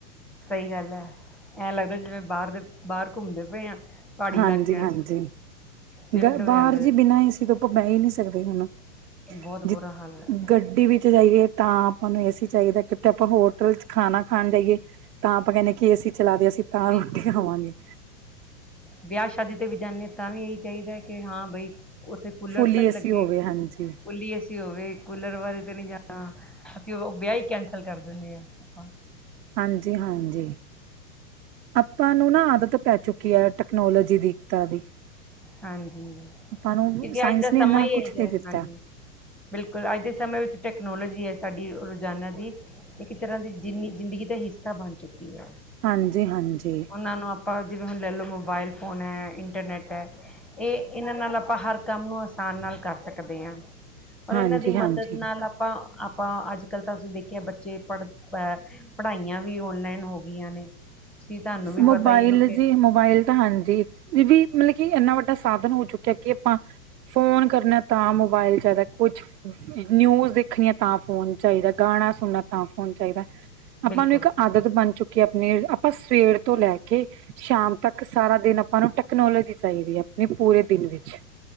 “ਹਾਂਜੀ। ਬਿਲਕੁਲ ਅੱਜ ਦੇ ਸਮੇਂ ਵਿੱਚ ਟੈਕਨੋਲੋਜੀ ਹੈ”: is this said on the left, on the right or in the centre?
Centre